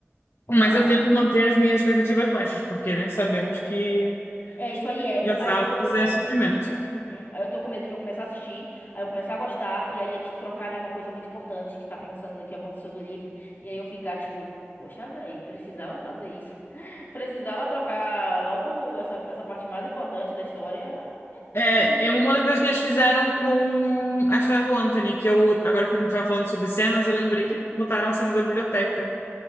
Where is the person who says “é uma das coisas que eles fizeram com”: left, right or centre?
Left